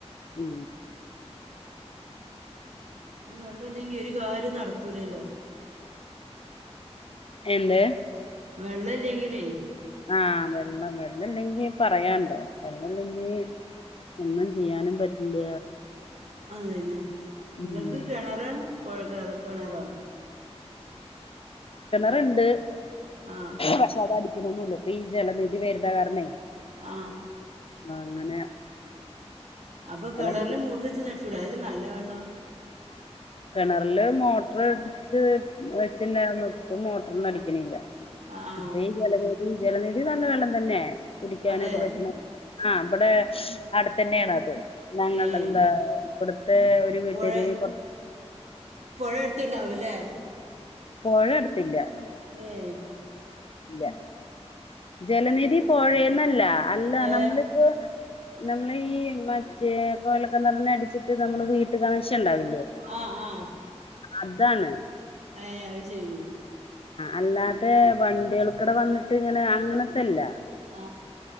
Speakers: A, on the left; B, on the right.
A: ഉം
B: ഈ വെള്ളോല്ലെങ്കി ഒരുകാര്യവും നടക്കൂലല്ലോ
A: എന്ത്
B: വെള്ളമില്ലങ്കിലേ
A: ആ വെള്ളം വെള്ളല്ലെങ്കി പറയാന്ണ്ടോ വെള്ളല്ലെന്ങ്കീ ഒന്നും ചെയ്യാനും പറ്റില്ല
B: അതുതന്നെ നിങ്ങൾക്ക്
A: ഉം
B: കെണറാണ് കുഴൽ ക്കെ കെണറാ
A: കിണറുണ്ട്
B: ആ
A: പക്ഷെ അടി ക്കണൊന്നില്ലാ ഇപ്പൊ ഈ ജലനിധി വരതാ കാരണേ
B: ആ
A: ആ അങ്ങനെ
B: അപ്പൊ
A: അതടിക്കും
B: കിണറിലേ മൂട്ടറ് വെച്ചൊന്നടിച്ചൂടെ അല്ലേ നല്ലവെള്ളം
A: കിണറില് മോട്ടർ എടുത്ത് വെച്ചിണ്ടാർന്ന് പ്പ മോട്ടറൊന്നും അടിക്കണില്ല
B: ആഹ് ആഹ്
A: ഇപ്പം ജലനിധി ജലനിധി നല്ല വെള്ളംതന്നെ കുടിക്കാനൊക്കെ
B: അതെ
A: പറ്റണ ആ ഇബ്ടെ അവ്ടെത്തന്നെയാണത് ഞങ്ങളുടെ
B: ഏഹ്
A: എന്താ ഇവി ടെ ഒരു വീട്ടില്
B: പുഴ
A: കു
B: പുഴ അടുത്തുണ്ടാവൂല്ലേ
A: പൊഴ അടുത്തില്ല
B: ഏഹ്
A: ഇല്ല ജലനിധി പൊഴേന്നല്ല അല്ല
B: ഏഹ്
A: നമ്മളിപ്പോ നമ്മളീ മറ്റേ കൊഴൽക്കിനറിനടിച്ചിട്ട് നമ്മള് വീട്ടു കണക്ഷനുണ്ടാവൂലെ
B: ആ ആ
A: അതാണ്
B: ഏ അത് ശെരി
A: ആ അല്ലാതെ വണ്ടികൾക്കിടെ വന്നിട്ടിങ്ങനെ അങ്ങനത്തെല്ലാ
B: ആ